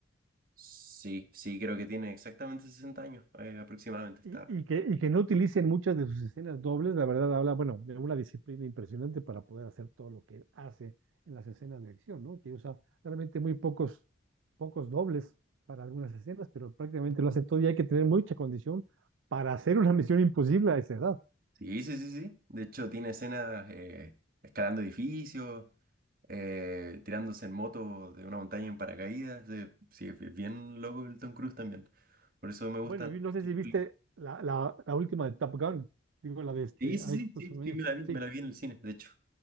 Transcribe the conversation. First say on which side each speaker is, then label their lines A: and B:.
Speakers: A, on the right; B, on the right.
A: Sí, sí, creo que tiene exactamente 60 años, eh, aproximadamente está.
B: Y, y que, y que no utilicen muchas de sus escenas dobles, la verdad habla, bueno, de una disciplina impresionante para poder hacer todo lo que hace en las escenas de acción, ¿no? Que usa realmente muy pocos, pocos dobles para algunas escenas, pero prácticamente lo hace todo y hay que tener mucha condición para hacer una misión imposible a esa edad.
A: Sí, sí, sí, sí. De hecho, tiene escenas eh, escalando edificios, eh, tirándose en moto de una montaña en paracaídas. eh, sí, es es bien loco el Tom Cruise también. Por eso me gustan.
B: Bueno, y no sé
A: sus
B: si viste
A: películas.
B: la, la, la última de Top Gun, digo la de este,
A: Sí, sí,
B: ay,
A: sí,
B: ¿cómo
A: sí,
B: se llama?
A: sí, me la vi,
B: Sí.
A: me la vi en el cine, de hecho.